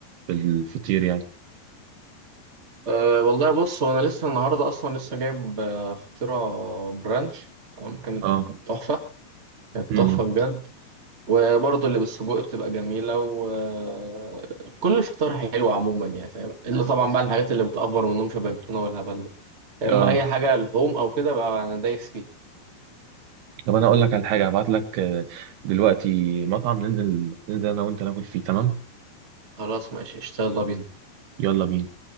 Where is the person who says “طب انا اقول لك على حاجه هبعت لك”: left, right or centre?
Right